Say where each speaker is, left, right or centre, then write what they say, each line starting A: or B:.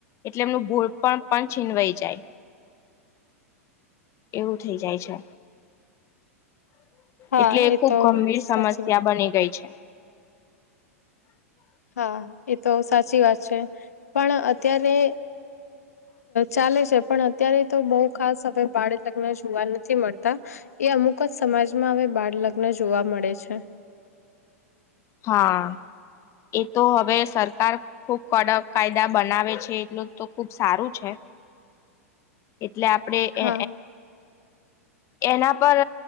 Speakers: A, on the left; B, on the left.
A: એટલે એમનું ભૂલ પણ પણ છીનવાઈ જાય એવું થઇ જાય છે
B: હા
A: એટલે એ ખુબ
B: તો
A: ગંભીર
B: સાચી
A: સમસ્યા
B: વાત
A: બની ગઈ છે
B: હા એ તો સાચી વાત છે પણ અત્યારે ચાલે છે પણ અત્યારે તો બહુ ખાસ હવે ભડતકને જોવા નથી મળતા એ અમુક જ સમાજમાં હવે બાળ લગ્ન જોવા મળે છે
A: હા એ તો હવે સરકાર ખુબ કડક કાયદા બનાવે છે એટલું તો ખુબ સારું છે
B: <inaudible>
A: એટલે આપડે
B: હા
A: એ એના પર